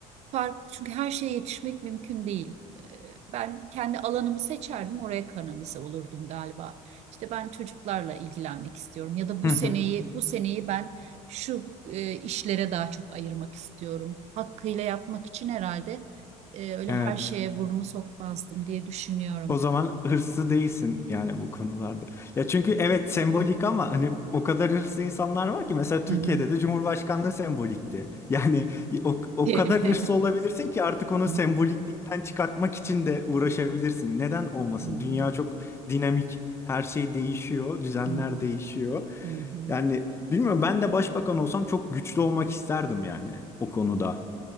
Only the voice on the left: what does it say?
Hı
hı.
Evet.
O zaman hırslı değilsin yani bu konularda. Ya çünkü evet sembolik ama hani o kadar hırslı insanlar var ki mesela Türkiye'de
de Cumhurbaşkanlığı sembolikti. <laughs> Yani o, o
kadar hırslı olabilirsin ki artık onu
semboliklikten
çıkartmak için de uğraşabilirsin. Neden olmasın?
Dünya çok dinamik. Her şey değişiyor, düzenler
değişiyor.
Yani bilmiyorum ben de başbakan olsam çok güçlü olmak isterdim yani o konuda.